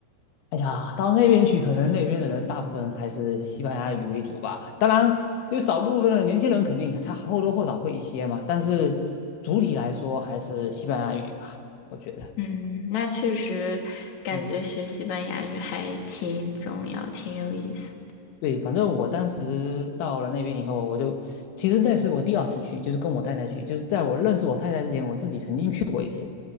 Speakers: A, on the left (about 70°); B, on the left (about 45°).
A: 哎呀，到那边去，可能那边的人大部分还是西班牙语为主吧。当然，有少部分的年轻人肯定他或多或少会一些嘛，但是主体来说还是西班牙语吧，我觉得。
B: 嗯，那确实感觉学西班牙语还挺重要，
A: 嗯。
B: 挺有意思。
A: 对，反正我当时到了那边以后，我就其实那是我第二次去，就是跟我太太去，就是在我认识我太太之前，我自己曾经去过一次。